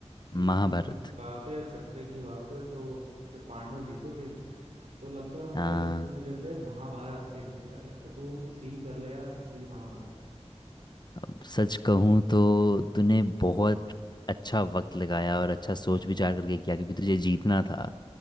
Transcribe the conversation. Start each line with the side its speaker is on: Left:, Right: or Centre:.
Right: जीतने
Left: महाभारत
Right: जीतने की बात है सत्य की बात है तो जैसे पांडव जीते थे तो लगता है ना मुझे
Left: हाँ
Right: सत्य में जो थे महाभारत से निकाला गया तो तू सी कर ले यार सी महाभारत
Left: अब सच कहूँ तो तूने बहुत अच्छा वक्त लगाया और अच्छा सोच विचार करके किया क्योंकि तुझे जीतना था